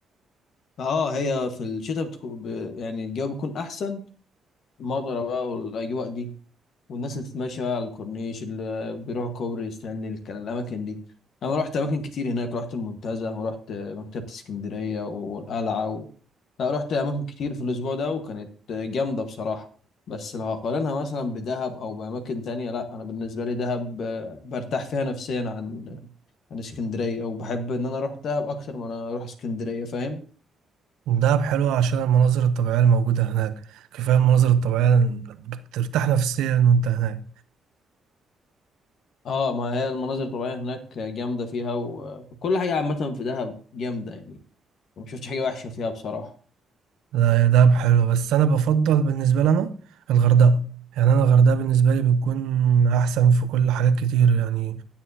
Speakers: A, on the left; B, on the right.
A: اه هي في الشتاء بتكون ب... يعني الجو بيكون احسن المطره بقى والاجواء دي والناس اللي تتمشى على الكورنيش اللي بيروحوا كوبري ستانلي الكلام الأماكن دي أنا رحت أماكن كتير هناك رحت المنتزه ورحت مكتبة اسكندرية والقلعة و... لا رحت أماكن كتير في الأسبوع ده وكانت جامدة بصراحة بس لو هقارنها مثلا بدهب أو بأماكن تانية لا أنا بالنسبة لي دهب آه، برتاح فيها نفسيا عن عن اسكندرية وبحب إن أنا أروح دهب أكتر ما أنا أروح اسكندرية فاهم
B: دهب حلوة عشان المناظر الطبيعية الموجودة هناك كفاية المناظر الطبيعية اللي بترتاح نفسيا وأنت هناك
A: اه ما هي المناظر الطبيعية هناك جامدة فيها و- وكل حاجة عامة في دهب جامدة يعني ما شفتش حاجه وحشه فيها بصراحه
B: لا هي دهب حلوة بس أنا بفضل بالنسبة لنا الغردقة يعني أنا الغردقة بالنسبة لي بتكون أحسن في كل حاجات كتير يعني